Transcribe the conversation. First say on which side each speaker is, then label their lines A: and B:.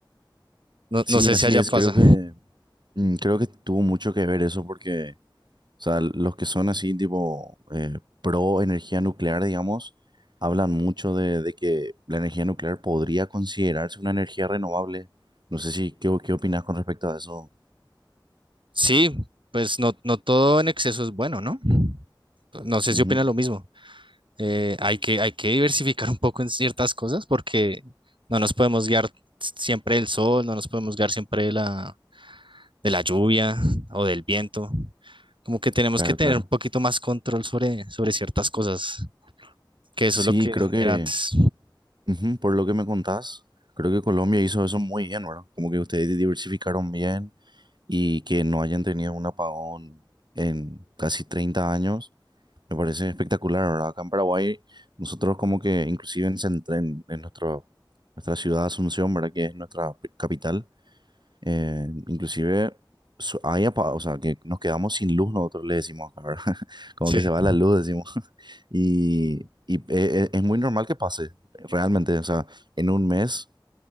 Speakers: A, on the right; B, on the right.
A: No,
B: Sí,
A: no sé
B: así
A: si allá
B: es.
A: Sí. pasa.
B: Creo que Mm, Creo que tuvo mucho que ver eso porque, o sea, los que son así tipo eh, pro energía nuclear, digamos, hablan mucho de, de que la energía nuclear podría considerarse una energía renovable. No sé si, ¿qué, qué opinas con respecto a eso?
A: Sí, pues no, no todo en exceso es bueno, ¿no? No sé
B: Ujú,
A: si opina lo mismo. eh, hay que, hay que diversificar un poco en ciertas cosas porque no nos podemos guiar siempre del sol, no nos podemos guiar siempre de la, de la lluvia o del viento. Como que tenemos
B: Claro,
A: que tener
B: claro.
A: un poquito más control sobre, sobre ciertas cosas, que eso
B: Sí,
A: es lo que
B: creo que,
A: era antes.
B: ujú, por lo que me contás, creo que Colombia hizo eso muy bien, ¿verdad? Como que ustedes diversificaron bien y que no hayan tenido un apagón en casi treinta años Me parece espectacular, ¿verdad? Acá en Paraguay, nosotros como que inclusive en, Cent- en, en nuestro, nuestra ciudad Asunción, ¿verdad? Que es nuestra pi- capital, eh, inclusive so- hay apa- o sea, que nos quedamos sin luz, nosotros le decimos acá, ¿verdad? <laughs> Como
A: Sí.
B: que se va la luz, decimos. <laughs> Y, y e- e- es muy normal que pase, realmente, o sea, en un mes